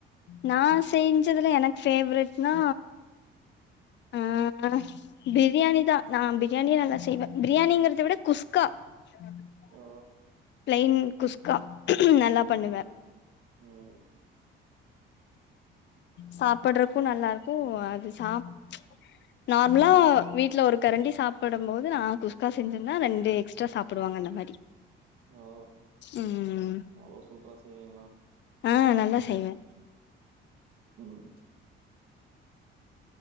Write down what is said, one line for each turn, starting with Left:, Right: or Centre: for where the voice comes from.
Left: நா செஞ்சதுல எனக்கு பேவரெட்னா ஆ ஆ பிரியாணிதா நா பிரியாணிய நல்லா செய்வேன் பிரியாணிங்கறத விட குஸ்கா <inaudible>
Right: ஓ
Left: ப்ளைன் குஸ்கா நல்லா பண்ணுவன்
Right: ம் ம்
Left: சாப்புட்றக்கு நல்லாருக்கு அது சாப் ச்ச நார்முலா வீட்லே ஒரு கரண்டி சாப்புடம் போது நா குச்கா செஞ்சிந்தா ரெண்டு எக்ஸ்ட்ரா சாப்புடுவாங்க அந்த மாரி
Right: ஓ
Left: ம்
Right: அவ்ளோ சூப்பரா செய்வீங்களா
Left: ஆ நல்லா செய்வே
Right: ம்